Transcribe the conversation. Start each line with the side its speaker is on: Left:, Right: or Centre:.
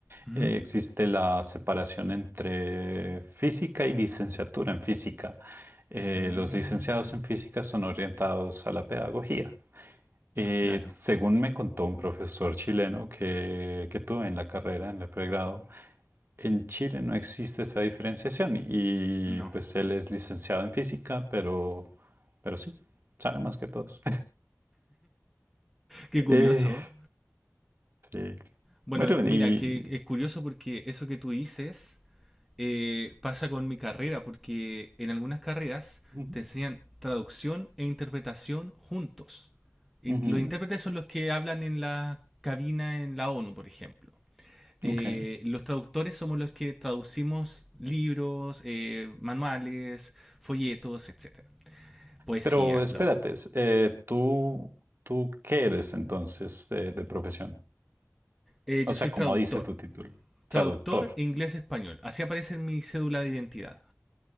Centre: Ujú.
Right: eh, existe la separación entre física y licenciatura en física. Eh,
Centre: Mm,
Right: los licenciados en física son orientados a la pedagogía. Eh,
Centre: claro,
Right: según me contó un profesor chileno que, que tuve en la carrera, en el pregrado, en Chile no existe esa diferenciación y
Centre: no.
Right: pues él es licenciado en física, pero, pero sí, sabe más que todos.
Centre: Qué curioso.
Right: Eh, sí.
Centre: Bueno,
Right: Bueno,
Centre: mira,
Right: y...
Centre: que es curioso porque eso que tú dices eh, pasa con mi carrera, porque en algunas carreras
Right: Ujú,
Centre: te enseñan traducción e interpretación juntos. In-
Right: ujú,
Centre: Los intérpretes son los que hablan en la cabina en la ONU, por ejemplo. eh,
Right: ok.
Centre: los traductores somos los que traducimos libros, eh, manuales, folletos, etcétera. Poesía,
Right: Pero espérate,
Centre: bla, bla.
Right: es- eh, ¿tú, tú qué eres entonces de, de profesión?
Centre: Eh, yo
Right: O sea,
Centre: soy traductor.
Right: como dice tu título,
Centre: Traductor
Right: traductor,
Centre: inglés-español. Así aparece en mi cédula de identidad.